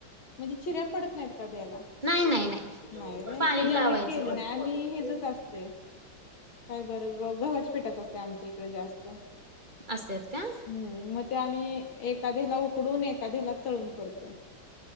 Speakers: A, on the left; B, on the right.
A: म्हणजे चिऱ्या पडत नाहीत त्याला.
B: नाही नाही नाही
A: नाय व्हय,
B: पाणी
A: कधी आम्ही
B: लावायचं
A: केलं
B: त्याला
A: नाही. आम्ही हेचच असतय बर गव्हाच्या पिठाच असतय आमच्या इकडे जास्त.
B: असत्यात का
A: हम्म मग ते आम्ही एखाद्याला उकडून, एखाद्याला तळून करतोय.